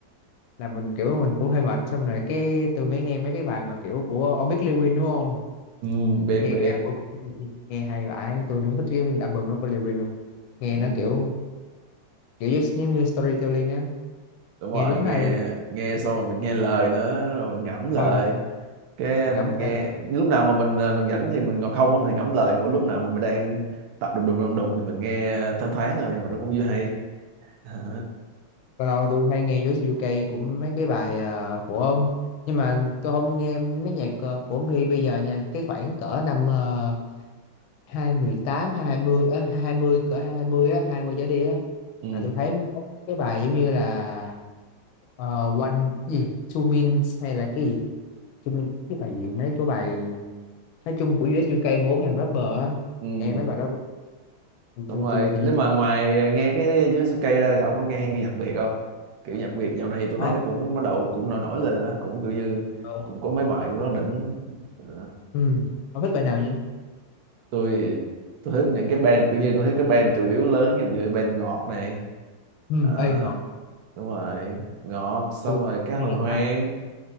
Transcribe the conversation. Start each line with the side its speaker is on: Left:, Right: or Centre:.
Left: là mình kiểu mình cũng hơi mệt xong rồi cái tôi mới nghe mấy cái bài mà kiểu của ông biết Lil Wayne đúng không
Right: <laughs> ừ, biết
Left: nghe
Right: biết
Left: cái album của Lil Wayne, nghe hay vãi tôi đúng thích cái album nó của Lil Wayne luôn nghe
Right: ừ,
Left: nó kiểu kiểu giống như storytelling á
Right: đúng rồi
Left: nghe đúng
Right: nghe
Left: hay luôn
Right: nghe xong rồi mình nghe lời nữa rồi mình ngẫm lời
Left: ờ
Right: cái
Left: nhẩm
Right: mình nghe
Left: ờ,
Right: lúc nào mà mình à, mình rảnh thì mình ngồi không á, mình ngẫm lời còn lúc nào mà mình đang tập đùng đùng đùng đùng thì mình nghe thoáng thoáng thôi nhưng mà nó cũng vừa hay Hả?
Left: lâu lâu tôi hay nghe US UK cũng mấy cái bài ờ, của ông nhưng mà tôi không nghe mấy nhạc ờ, của ông Huy bây giờ nha cái khoảng cỡ năm uh, 2018 20 á hai hai mươi, cỡ hai hai mươi, á 20 trở đi á
Right: ừ
Left: là tôi thấy có cái bài giống như là Ờ, one gì two means hay là cái gì two means, cái bài gì mấy cái bài nói chung của US UK mà bốn hàng rapper á
Right: ừ
Left: nghe mấy bài đó tôi tôi,
Right: đúng rồi
Left: tôi tự
Right: nếu
Left: nhiên
Right: mà
Left: tôi
Right: ngoài nghe cái dưới cây ra thì ông có nghe hay nghe nhạc Việt không kiểu nhạc Việt dạo này tôi thấy
Left: có
Right: nó cũng bắt đầu cũng nổi nổi lên rồi đó cũng kiểu như
Left: ờ.
Right: cũng có mấy bài cũng rất đỉnh À.
Left: ừ. ông thích bài nào nhỉ
Right: tôi tôi thích những cái band kiểu như tôi thích cái band chủ yếu lớn như như band ngọt này
Left: ừ.
Right: đó,
Left: ê ngọt
Right: đúng rồi ngọt xong
Left: tôi
Right: rồi cái hồi
Left: hay nghe
Right: hoang
Left: ta